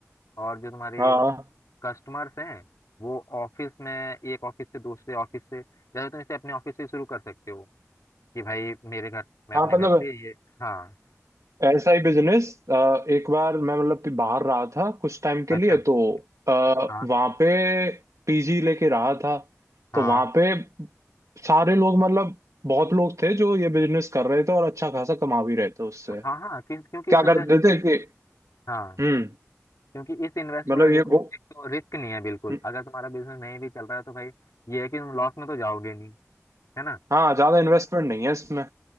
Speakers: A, on the left; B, on the right.
A: और जो तुम्हारी
B: हाँ
A: कस्टमर्स हैं वो ऑफिस में एक ऑफिस से दूसरे ऑफिस से जैसे तुम इसे अपने ऑफिस से शुरू कर सकते हो कि भाई मेरे घर मैं
B: हाँ
A: अपने
B: मतलब
A: घर से ये हाँ
B: ऐसा ही बिजनेस एक बार मैं मतलब बाहर रहा था कुछ टाइम के
A: अच्छा
B: लिए तो वहां
A: हाँ
B: पे पीजी लेके रहा था
A: हाँ
B: तो वहां पे सारे लोग मतलब बहुत लोग थे जो ये बिजनेस कर रहे थे और अच्छा खासा कमा भी रहे थे उससे
A: हाँ हाँ क्यों- क्योंकि
B: क्या
A: इस इन्वेस्ट
B: करते थे कि
A: हाँ
B: हम्म
A: क्योंकि इस इन्वेस्टमेंट
B: मतलब
A: में देखो
B: ये वो
A: एक तो रिस्क नहीं है बिल्कुल
B: हम्म,
A: अगर तुम्हारा बिजनेस नहीं भी चल रहा है तो भाई ये है कि तुम लॉस में तो जाओगे नहीं है ना
B: हाँ ज्यादा इन्वेस्टमेंट नहीं है इसमें